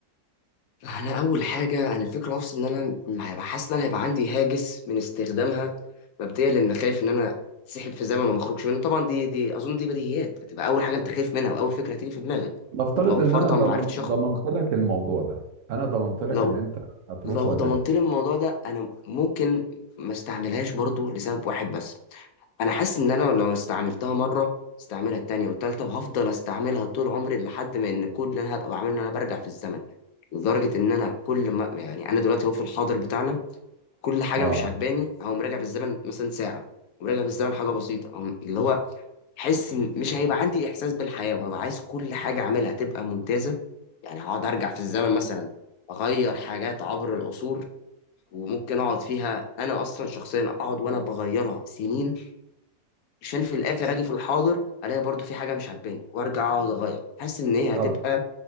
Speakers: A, on the left; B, on the right.
A: انا اول حاجه انا الفكره اصلا ان انا م- هيبقى حاسس ان انا هيبقى عندي هاجس من استخدامها مبدئيا لان خايف ان انا اتسحب في زمن وما اخرجش منه طبعا دي دي اظن دي بديهيات هتبقى اول حاجه انت خايف منها واول فكره هتيجي في دماغك
B: نفترض
A: طب لو فرضا
B: ان انا ضمن
A: ما عرفتش
B: ضمنت
A: اخرج
B: لك الموضوع ده انا ضمنت لك
A: لو
B: ان انت هتروح
A: لو
B: وهترجع
A: ضمنت لي الموضوع ده انا ممكن ما استعملهاش برضو لسبب واحد بس انا حاسس ان انا لو استعملتها مره استعملها التانية والتالتة وهفضل استعملها طول عمري لحد ما ان كل اللي انا هبقى بعمله ان انا برجع في الزمن لدرجة ان انا كل ما يعني انا دلوقتي هو في الحاضر بتاعنا كل حاجه
B: اه
A: مش عجباني اقوم راجع بالزمن مثلا ساعه وراجع بالزمن حاجه بسيطه أقوم اللي هو حس إن مش هيبقى عندي احساس بالحياه وهبقى عايز كل حاجه اعملها تبقى ممتازه يعني هقعد ارجع في الزمن مثلا اغير حاجات عبر العصور وممكن اقعد فيها انا اصلا شخصيا اقعد وانا بغيرها سنين عشان في الاخر اجي في الحاضر الاقي برضو في حاجه مش عجباني وارجع اقعد اغير حاسس ان هي
B: طب
A: هتبقى